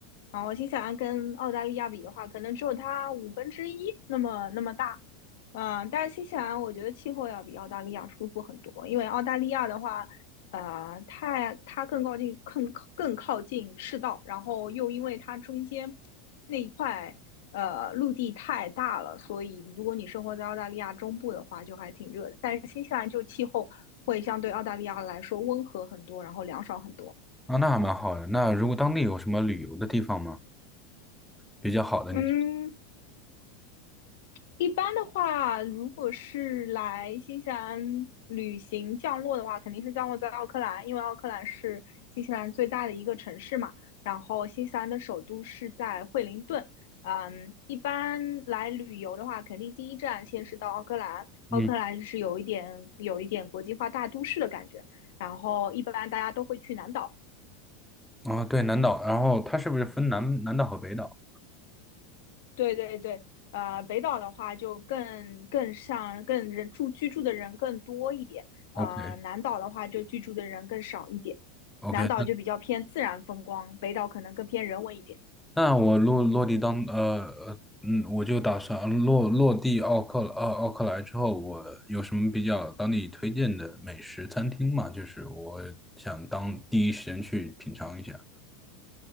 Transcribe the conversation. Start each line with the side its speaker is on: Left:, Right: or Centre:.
Left: 然后新西兰跟澳大利亚比的话，可能只有它五分之一那么那么大。嗯，但是新西兰我觉得气候要比澳大利亚舒服很多，因为澳大利亚的话，呃，它它更靠近更更靠近赤道，然后又因为它中间那一块呃陆地太大了，所以如果你生活在澳大利亚中部的话，就还挺热的。但是新西兰就气候会相对澳大利亚来说温和很多，然后凉爽很多。
Centre: 啊，那还蛮好的。那如果当地有什么旅游的地方吗？比较好的，
Left: 嗯，
Centre: 你
Left: 一般的话，如果是来新西兰旅行降落的话，肯定是降落在奥克兰，因为奥克兰是新西兰最大的一个城市嘛。然后新西兰的首都是在惠灵顿。嗯，一般来旅游的话，肯定第一站先是到奥克兰。奥克兰是有一点有一点国际化大都市的感觉。
Centre: 嗯，
Left: 然后一般大家都会去南岛，
Centre: 啊，对，南岛，然后它是不是分南南岛和北岛
Left: 对对对，呃，北岛的话就更更像更人住居住的人更多一点，呃，
Centre: ？OK，OK，
Left: 南岛的话就居住的人更少一点，
Centre: 那。
Left: 南岛就比较偏自然风光，北岛可能更偏人文一点。
Centre: 那我落落地当呃呃嗯，我就打算落落地奥克奥奥克莱之后，我有什么比较当地推荐的美食餐厅吗？就是我想当第一时间去品尝一下。